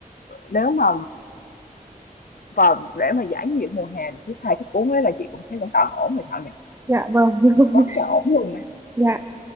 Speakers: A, on the left; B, on the right.
A: nếu mà Và để mà giải nhiệt mùa hè thì cái 2 thức uống ấy là chị cũng thấy cũng tạm ổn rồi Thảo nhỉ?
B: dạ, vâng <laughs>
A: Quá là ổn luôn
B: dạ